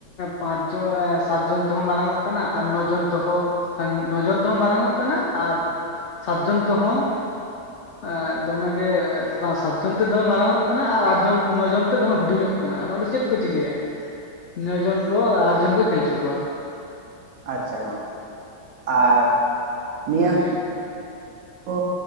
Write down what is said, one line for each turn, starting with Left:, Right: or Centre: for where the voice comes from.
Left: ᱯᱟᱸᱪ ᱡᱚᱱ ᱥᱟᱛ ᱡᱚᱱ ᱛᱮᱦᱚᱸ ᱢᱟᱨᱟᱝ ᱚᱜ ᱠᱟᱱᱟ ᱟᱨ ᱱᱚ ᱡᱚᱱ ᱛᱮᱦᱚᱸ ᱱᱚ ᱡᱚᱱ ᱛᱮᱦᱚᱸ ᱢᱟᱨᱟᱝ ᱚᱜ ᱠᱟᱱᱟ ᱾ ᱟᱨ ᱥᱟᱛ ᱡᱚᱱ ᱛᱮᱦᱚᱸ ᱮ ᱫᱚᱢᱮᱜᱮ ᱵᱟᱝ ᱥᱟᱛ ᱡᱚᱱ ᱛᱮ ᱫᱚᱢᱮ ᱢᱟᱨᱟᱝ ᱚᱜ ᱠᱟᱱᱟ ᱟᱨ ᱟᱴ ᱡᱚᱱ ᱱᱚ ᱡᱚᱱ ᱛᱮ ᱫᱚᱢᱮ ᱦᱩᱰᱤᱧᱚᱜ ᱠᱟᱱᱟ ᱾ ᱟᱫᱚ ᱚᱸᱰᱮ ᱪᱮᱫ ᱠᱚ ᱪᱤᱠᱟᱹᱭᱟ ᱱᱚ ᱡᱚᱱ ᱠᱚ ᱟᱴ ᱡᱚᱱ ᱠᱚ ᱠᱷᱮᱞ ᱦᱚᱪᱚ ᱠᱚᱣᱟ ᱾
Right: ᱟᱪᱪᱷᱟ ᱜᱚᱝᱠᱮ ᱟᱨ ᱱᱤᱭᱟᱹ
Left: ᱦᱮᱸ
Right: ᱠᱚ